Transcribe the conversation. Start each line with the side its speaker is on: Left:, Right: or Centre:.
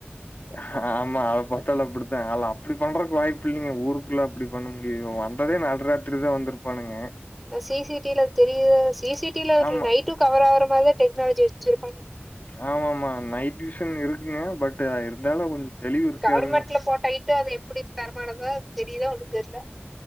Left: அஹ ஆமா அத பத்தால அப்டிடுத்தா அலா அப்டி பண்றதுக்கு வாய்ப்பு இல்லிங்க ஊருக்குள்ள அப்டி பண்ண முடியு அந்த ஒரே நடுராத்திரிதா வந்திருப்பானுக
Centre: அ சி சி டில தெரிய சி சி டில
Left: ஆமா
Centre: நைட்டு கவர் ஆகுற மாறிதா டெக்னாலஜி வச்சி இருப்
Left: ஆமா ஆமா நைட்டுவிஷன் இருக்குங்க பட் அ இருந்தாலு தெளிவு இருக்காதுங்க
Centre: கவர்மெண்ட்ல போட்ட லைட்டு எப்டி தரமானதா தெரியுதா ஒன்னு தெர்ல